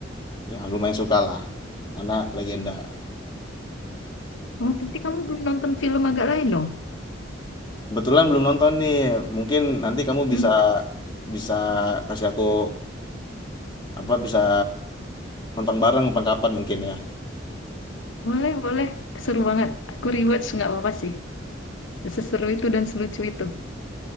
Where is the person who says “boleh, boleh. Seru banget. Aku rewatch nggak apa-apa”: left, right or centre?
Left